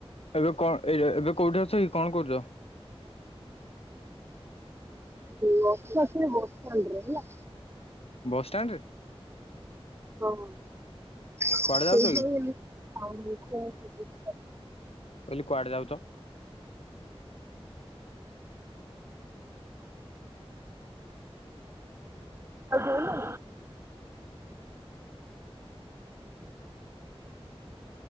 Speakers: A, on the left; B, on the right.
A: ଏବେ କଣ ଏ ଏବେ କୋଉଠି ଅଛ କି କଣ କରୁଚ।
B: ହୁଁ ନସିନ ପୁରୁ।
A: ବସ ଷ୍ଟାଣ୍ଡରେ।
B: ହଁ ସେଇଠି
A: ଯାଉଛ କି?
B: <unintelligible>
A: ମୁଁ କହିଲି କୁଆଡେ ଯାଉଚ।
B: ଆ ଦୋଉନ।